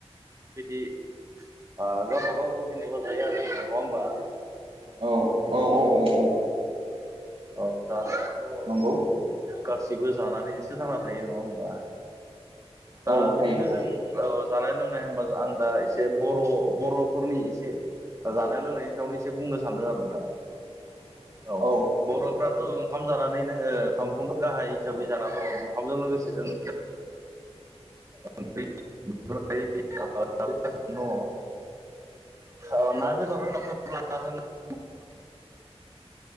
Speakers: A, on the right; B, on the right.
A: बिदि ओ गावबा गाव जेनेबा जायो आरो नोंथां नङा होमबा।
B: औ औ औ औ औ
A: औ जानायाथ' औ
B: नंगौ
A: गासिबो जानानैसो थांना थायो नङा होमबा दा
B: औ थायो
A: बिदिनो
B: थायो
A: जों औ जानाय लोंनाय होनबा आं दा एसे बर बर'फोरनि एसे जानाय लोंनायनि सायावनो एसे बुंनो सानदों आरो नोंथां
B: <inaudible>
A: औ बर'फ्राथ' ओंखाम जानानैनो ओ ओंखामखौनो गाहाय हिसाबै जाना दङ ओंखामजों लोगोसे जों <unintelligible> ओनो दङ औ ना बेदर <unintelligible>